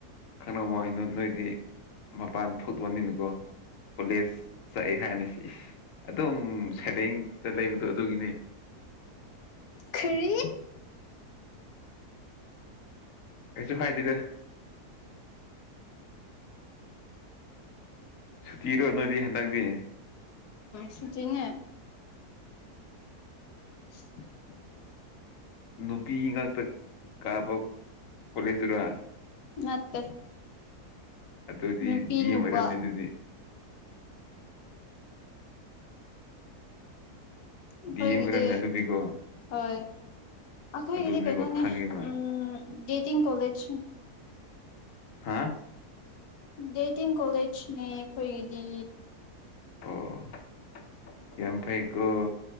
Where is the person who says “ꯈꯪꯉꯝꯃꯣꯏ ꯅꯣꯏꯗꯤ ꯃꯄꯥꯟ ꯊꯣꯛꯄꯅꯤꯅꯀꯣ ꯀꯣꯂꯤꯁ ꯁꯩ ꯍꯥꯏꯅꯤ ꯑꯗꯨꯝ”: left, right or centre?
Left